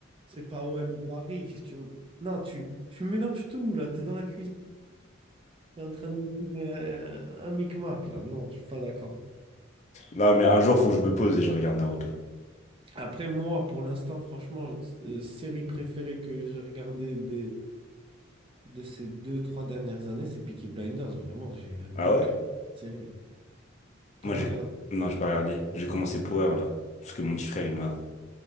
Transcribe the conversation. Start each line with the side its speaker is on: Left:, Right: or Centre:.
Right: C'est pas OM et Paris. Qu'est-ce que tu... Non, tu, tu mélanges tout, là. Tu es dans la cuisine. Tu es en train de me faire euh, un micmac, là. Non, je suis pas d'accord.
Left: Non, mais un jour, faut que je me pose et je regarde Naruto.
Right: Après, moi, pour l'instant, franchement, euh, série préférée que j'ai regardée des, de ces deux, trois dernières années, c'est Peaky Blinders. Vraiment, j'ai un coup
Left: Ah ouais?
Right: de cœur pour cette série. T'as
Left: Moi,
Right: pas
Left: j'ai...
Right: regardé,
Left: Non, j'ai pas regardé. J'ai commencé Power, là. Parce que mon petit frère, il m'a...